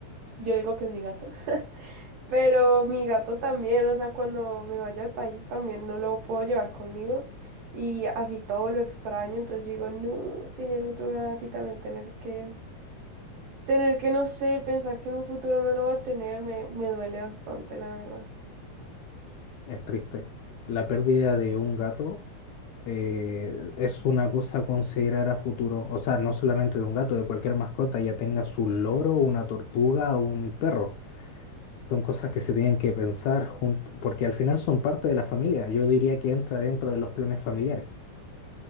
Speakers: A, on the right; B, on the left.
A: yo digo que es mi gato. Pero mi gato también, o sea, cuando me vaya al país también no lo puedo llevar conmigo y así todo lo extraño, entonces yo digo, no, tener otro gato y también tener que, tener que, no sé, pensar que en un futuro no lo va a tener, me, me duele bastante, la verdad.
B: Es triste. La pérdida de un gato eh, es una cosa a considerar a futuro. O sea, no solamente de un gato, de cualquier mascota, ya tenga su loro, una tortuga o un perro. Son cosas que se tienen que pensar junto, porque al final son parte de la familia. Yo diría que entra dentro de los planes familiares.